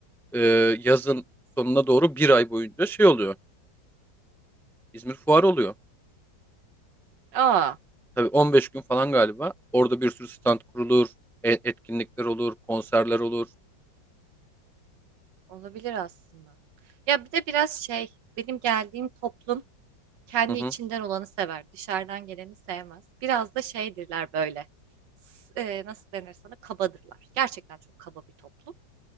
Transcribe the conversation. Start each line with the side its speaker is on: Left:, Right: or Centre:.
Centre: e, yazın sonuna doğru bir ay boyunca şey oluyor. İzmir fuarı oluyor.
Right: Aa,
Centre: Tabii 15 gün falan galiba. Orada bir sürü stand kurulur, e- etkinlikler olur, konserler olur.
Right: olabilir aslında. Ya bir de biraz şey, benim geldiğim toplum kendi
Centre: Hı hı.
Right: içinden olanı sever, dışarıdan geleni sevmez. Biraz da şeydirler böyle. S- e, nasıl denir sana? Kabadırlar. Gerçekten çok kaba bir toplum.